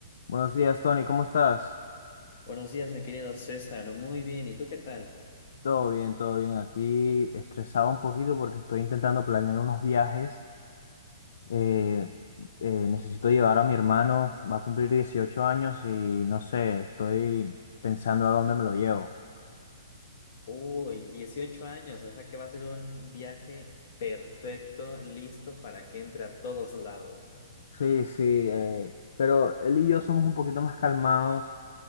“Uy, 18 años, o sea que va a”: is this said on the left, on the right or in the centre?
Left